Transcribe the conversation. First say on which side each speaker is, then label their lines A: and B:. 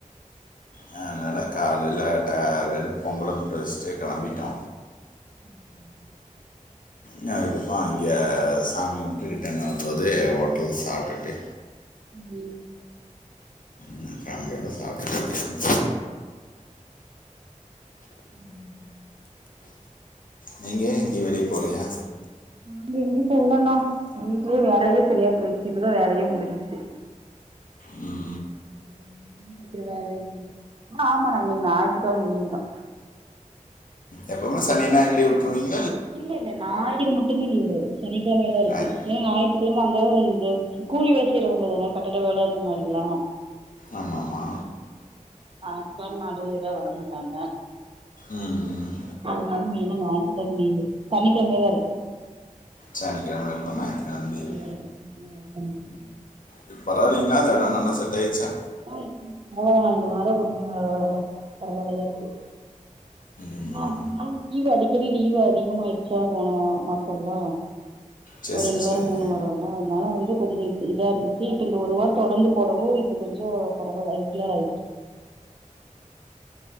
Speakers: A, on the left; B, on the right.
A: ஆ என்னடா காலேல ஆ வெறு பொங்கல மட்டு வச்சுட்டு கெளம்பிட்டோ
B: ம் ம் ம்
A: நா அதுக்கப்றோ அங்க சாமி கும்டுட்டு ரிட்டன் வரும்போது ஹோட்டல்ல சாப்டுட்டு
B: ம்
A: ம் ஃபேமிலியோட சாப்டுட்டு அப்டியே வந்தோ
B: ம் ம்
A: நீங்க எங்கயு வெளிய போலயா
B: நாங்க எங்கயு போலண்ணா வீட்லயே வேலயே சரியா போயிடுச்சு இப்பதா வேலயே முடிஞ்ச்சு
A: ம்
B: ம் ம் வீட்ல இருக்ற வேலைல நீ ஆமா நா ம் ஞாயித்துக்கெழம லீவுதா
A: எப்பவுமே சனி ஞாயிறு லீவு விட்டுருவீங்க
B: இல்ல இல்ல ஞாயிறு மட்டுமே லீவு சனிக்கிழம எல்லா இருக்கு
A: ஞாயிறு
B: ஏன்னா ஞாயித் சனிக்கிழம அந்த இந்த கூலி வேல செய்றவங்க தான கட்டட வேல அந்த மாரில்லா
A: ஆமாமா
B: அப்றோ நடுவுல வரமாட்டாங்க
A: ம்
B: அது மாரி இனிம ஞாயித்துகெழம லீவு சனிக்கெழமதா இருக்கு
A: சனிக்கிழமை இருக்கும் ஞாயிற்றுக்கிழமை லீவு
B: ம் ம் ஆமா அதுக் வந்து
A: இப்ப பரவாயில்லீங்களா அந்த எடோ நல்லா செட் ஆயிருச்சா
B: ஆ இப் ஆ இந்த வாரோ கொஞ்சோ பரவாலையா இருக்கு
A: ம்
B: நா முன்னால வந் லீவு அடிக்கடி லீவு அதிகமாயிடுச்சா போன மாசந்தா
A: சரி
B: ஒரு
A: சரி
B: ரெண்டு வாரோ
A: சரிங்க
B: மூணு வாரல்லா அதனால வந்து கொஞ்சோ இது இதா இருந்துச்சு இப்ப இந்த ஒரு வாரோ தொடர்ந்து போடவு இப் கொஞ்சோ பரவால்ல ரெகுலர் ஆயிருச்சு